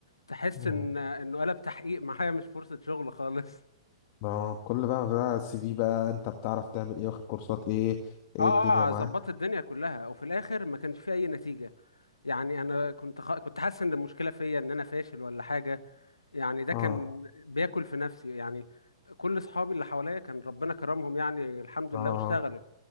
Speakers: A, on the left; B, on the left.
A: تحس
B: مم.
A: ان انه قلب تحقيق معايا مش فرصه شغل خالص
B: اه كل بقى بقى السي في بقى انت بتعرف تعمل ايه واخد كورسات ايه ايه
A: اه اه
B: الدنيا معاك
A: آه، ظبطت الدنيا كلها وفي الاخر ما كانش في اي نتيجه يعني انا كنت خ... كنت حاسس ان المشكله فيا ان انا فاشل ولا حاجه يعني ده
B: اه
A: كان بياكل في نفسي يعني كل اصحابي اللي حواليا كان ربنا كرمهم يعني الحمد
B: اه
A: لله واشتغلوا